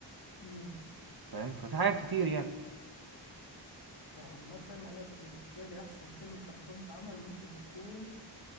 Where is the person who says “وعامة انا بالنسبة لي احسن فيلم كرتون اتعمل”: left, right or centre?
Left